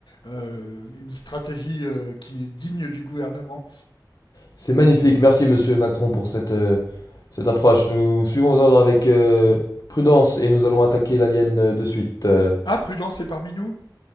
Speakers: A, on the left (about 75°); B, on the left (about 55°).
A: euh, une stratégie euh, qui est digne du gouvernement.
B: C'est magnifique. Merci, monsieur Macron, pour cette, euh, cette approche. Nous suivons vos ordres avec euh, prudence et nous allons attaquer l'alien euh, de suite. Euh,
A: Ah, Prudence est parmi nous